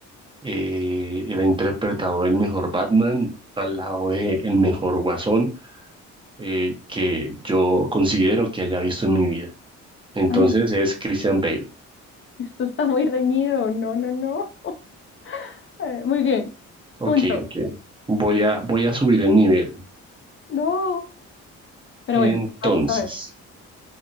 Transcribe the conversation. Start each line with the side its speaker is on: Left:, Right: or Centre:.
Right: eh, él interpretado el mejor Batman al lado de el mejor Guasón eh, que yo considero que haya visto en mi vida. Entonces
Left: Ay, esto,
Right: es Christian Bale.
Left: esto está muy reñido. No, no, no. <laughs> Eh, Muy bien.
Right: Ok,
Left: Punto.
Right: ok. Voy a, voy a subir el nivel.
Left: No. Pero
Right: Entonces,
Left: bueno, vamos a ver.